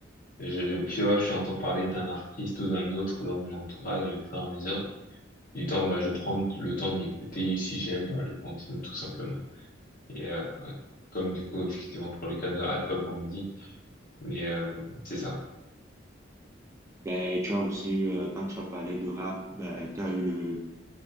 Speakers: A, on the left; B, on the right.
A: je, je pioche, j'entends parler d'un artiste ou d'un autre dans mon entourage et au fur et à mesure du temps bah je prends le temps de l'écouter et si j'aime bah je continue tout simplement. Et euh, comme du coup effectivement pour le cas de Alpha Blondy Mais euh, c'est ça.
B: Ben, tu as aussi eu, euh, quand tu as parlé de rap, ben, tu as eu le.